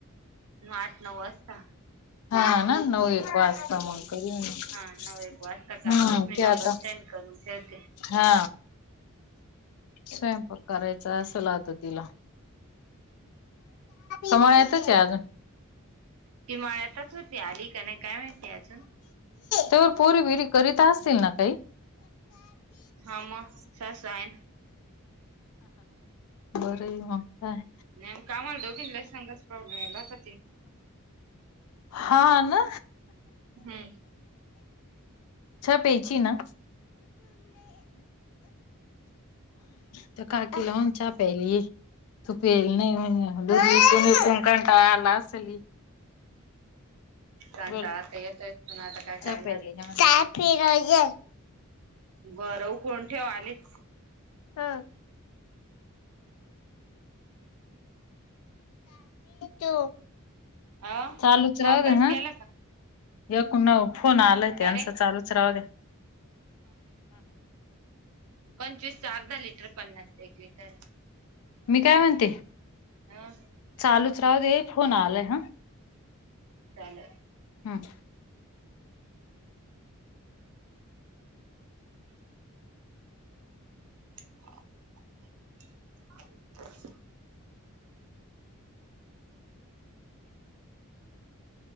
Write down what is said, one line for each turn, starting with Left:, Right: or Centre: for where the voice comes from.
Right: आठ नऊ वाजता.
Left: हा हा ना नऊ एक वाजता मग कर हम्म
Right: हा नऊ एक वाजता करावा मी
Left: क्या
Right: नंबर
Left: आता
Right: सेंड करून ठेवते.
Left: हा स्वयंपक करायच. असाल आता तिला. कमळ येतच आहे अजून.
Right: ति माळ्यातच होती आली का नाही? काय माहितीय अजून.
Left: टुर पोरी विरी करीता असतील ना ताई?
Right: हा मगं सासू आहे ना.
Left: बरं ते हा काय.
Right: नाही. कामाला दोघी सांगाच प्रॉब्लेम आहेला आता,
Left: हा ना
Right: हम्म
Left: चहा प्यायची ना? त्या काकीला म्हणाव चहा प्यायला ये. तूप येल नाही म्हणजे बसून बसून कंटाळ आला असेल.
Right: कंटाळा
Left: बोल
Right: तर येतोच पण आता काय
Left: चहा
Right: करणार
Left: प्यायला
Right: आहे.
Left: ये म्हण.
Right: बरं फोन ठेव आलेच.
Left: ह. तू
Right: अ
Left: चालूच
Right: तू अभ्यास
Left: राव दे हा.
Right: केला का
Left: एककू न फोन आलाय
Right: का
Left: ते यांच
Right: रे
Left: चालूच राहू दे.
Right: पंचवीस च अर्धा लिटर, पन्नास एक लिटर.
Left: मी काय म्हणते
Right: ह
Left: चालूच राहू दे फोन आलाय हा.
Right: चालेल.
Left: हम.
Right: <inaudible>